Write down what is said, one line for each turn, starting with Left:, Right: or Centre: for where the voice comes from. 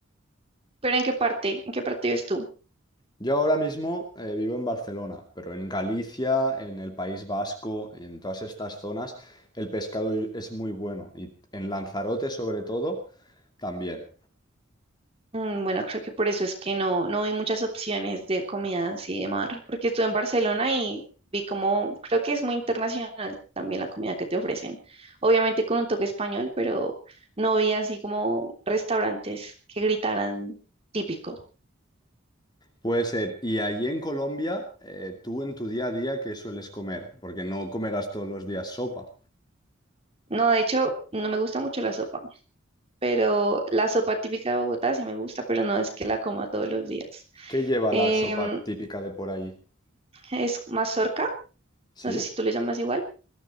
Right: Pero ¿en qué parte? ¿En qué parte vives tú?
Left: Yo ahora mismo eh, vivo en Barcelona, pero en Galicia, en el País Vasco, en todas estas zonas, el pescado y- es muy bueno. Y en Lanzarote, sobre todo, también.
Right: Mm, Bueno, creo que por eso es que no, no vi muchas opciones de comida así de mar, porque estuve en Barcelona y vi como, creo que es muy internacional también la comida que te ofrecen. Obviamente con un toque español, pero no vi así como restaurantes que gritaran típico.
Left: Puede ser. Y allí en Colombia, eh, tú en tu día a día, ¿qué sueles comer? Porque no comerás todos los días sopa.
Right: No, de hecho, no me gusta mucho la sopa, pero la sopa típica de Bogotá sí me gusta, pero no es que la coma todos los días.
Left: ¿Qué lleva
Right: Em,
Left: la sopa típica de por allí?
Right: es mazorca,
Left: ¿Sí?
Right: no sé si tú le llamas igual.